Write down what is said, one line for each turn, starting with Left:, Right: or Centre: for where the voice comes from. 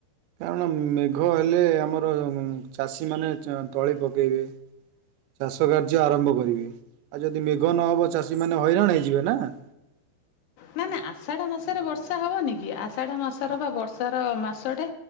Right: କାରଣ ମେଘ ହେଲେ ଆମର ଚାଷୀମାନେ ତଳି ପକେଇବେ। ଚାଷ କାର୍ଯ୍ୟ ଆରମ୍ଭ କରିବେ, ଆଉ ଯଦି ମେଘ ନହବ ଚାଷୀ ମାନେ ହଇରାଣ ହେଇଯିବେ ନା? <inaudible>
Left: ନା ନା ଆଷାଢ ମାସରେ ବର୍ଷା ହବନି କି, ଆଷାଢ ମାସର ବା ବର୍ଷାର ମାସଟା।